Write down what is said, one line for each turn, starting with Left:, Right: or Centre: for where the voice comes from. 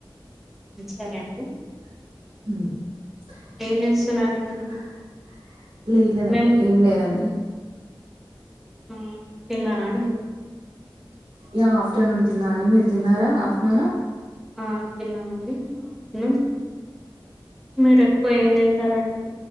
Centre: <inaudible>
Right: <inaudible>
Centre: ఏం చేస్తున్నారండి
Right: లేదులేదండి
Centre: మేము
Right: ఏం లేదండి
Centre: హ్మ్ తిన్నారా
Right: యా ఆఫ్టర్నూన్ తిన్నా అండి మీరు తిన్నారా ఆఫ్టర్నూన్
Centre: ఆ తిన్నామండి ఆఫ్టర్నూన్ మీరు ఎక్కువ ఏం తింటారండి